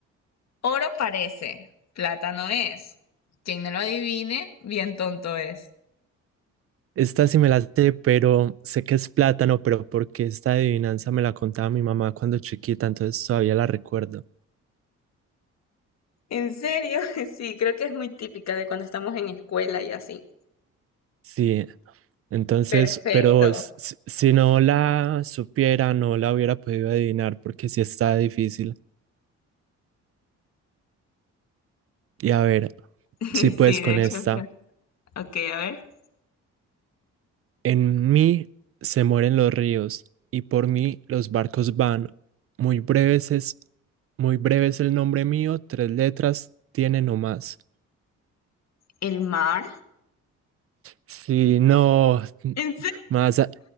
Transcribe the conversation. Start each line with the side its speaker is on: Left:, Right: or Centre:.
Left: Oro parece, plata no es. Quien no lo adivine, bien tonto es.
Right: esta sí me la sé, pero sé que es plátano, pero porque esta adivinanza me la contaba mi mamá cuando chiquita, entonces todavía la recuerdo.
Left: ¿En serio? <laughs> Sí, creo que es muy típica de cuando estamos en escuela y así.
Right: Sí, entonces,
Left: Perfecto.
Right: pero s- s- si no la supiera, no la hubiera podido adivinar porque sí está difícil. Y a ver.
Left: <laughs>
Right: Si puedes
Left: Sí, de
Right: con
Left: hecho,
Right: esta.
Left: sí. ok, a ver.
Right: En mí se mueren los ríos y por mí los barcos van. Muy breves es, muy breve es el nombre mío, tres letras tiene no más.
Left: ¿El mar?
Right: Si no, <laughs>
Left: ¿En
Right: más,